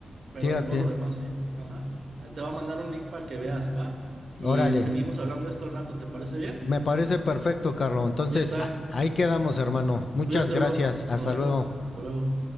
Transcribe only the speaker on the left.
Fíjate.
Órale.
Me parece perfecto, Carlos. Entonces,
a- ahí quedamos, hermano. Muchas
gracias.
Hasta
luego.